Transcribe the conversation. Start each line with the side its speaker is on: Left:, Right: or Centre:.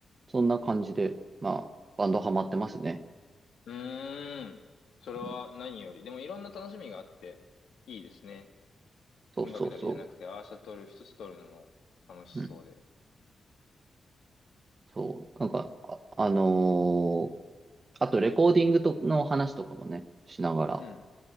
Right: そんな感じで、まあ、バンドハマってますね。
Left: うーんそれは何より。
Right: うん。
Left: でもいろんな楽しみがあって、いいですね。
Right: そうそうそ
Left: 音楽だけじゃなくて、アーシャ撮る、一つ撮るのも楽しそうで。
Right: う。うん。そう。なんか、あ、あのーあとレコーディングとの話とかもね、しながら、
Left: うん。